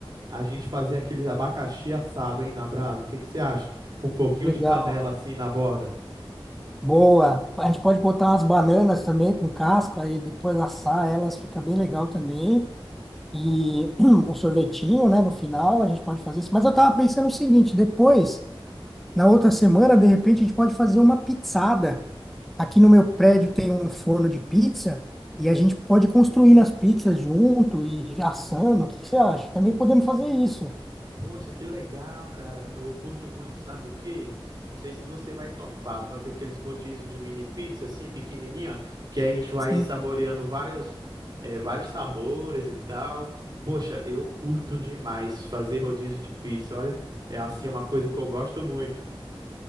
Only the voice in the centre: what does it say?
legal,
boa. A gente pode botar umas bananas também com casca e depois assar elas, fica bem legal também. E <clears throat> um sorvetinho, né, no final, a gente pode fazer isso. Mas eu tava pensando o seguinte, depois. Na outra semana, de repente, a gente pode fazer uma pizzada. Aqui no meu prédio tem um forno de pizza e a gente pode construir as pizzas junto e assando. O que que você acha? Também podemos fazer isso.
E